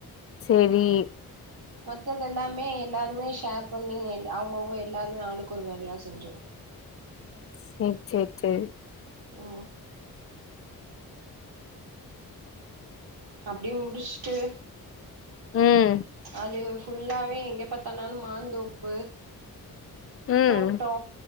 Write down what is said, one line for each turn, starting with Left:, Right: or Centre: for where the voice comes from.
Left: சேரி
Right: மத்ததெல்லாமே எல்லார்மே ஷேர் பண்ணி எல் அவுங்கவுங்க எல்லாருமே ஆளுக்கொரு வேலயா செஞ்சோ
Left: சேர் சேர் சேரி
Right: ஓ அப்டே முடிச்ட்டு
Left: ம்
Right: அது இங்க ஃபுல்லாவே எங்க பாத்தானாலு மாந்தோப்பு
Left: ம்
Right: தோட்டோ